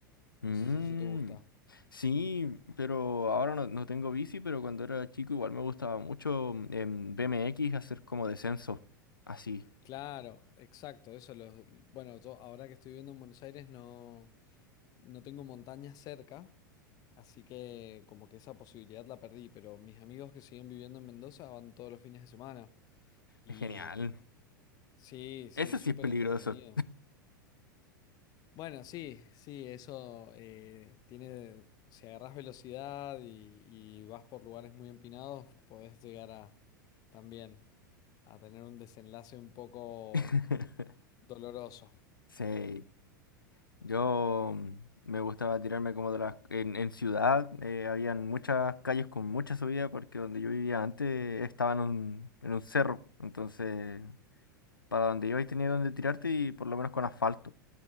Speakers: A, on the left; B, on the left.
A: Mm,
B: No sé si eso te gusta.
A: sí, pero ahora no, no tengo bici, pero cuando era chico igual me gustaba mucho mm, en BMX hacer como descenso. Así,
B: Claro, exacto, eso los, bueno, yo ahora que estoy viviendo en Buenos Aires no, no tengo montañas cerca, así que como que esa posibilidad la perdí, pero mis amigos que siguen viviendo en Mendoza van todos los fines de semana. Y
A: es genial.
B: Sí, sí,
A: Ese
B: súper
A: sí es peligroso.
B: entretenido. Bueno, sí, sí, eso eh, tiene, si agarrás velocidad y, y vas por lugares muy empinados, podés llegar a también a tener un desenlace un poco
A: <laughs>
B: doloroso.
A: Sí, yo mm, me gustaba tirarme como de las... En, en ciudad eh, habían muchas calles con mucha subida porque donde yo vivía antes estaba en un, en un cerro, entonces para donde ibas tenía donde tirarte y por lo menos con asfalto,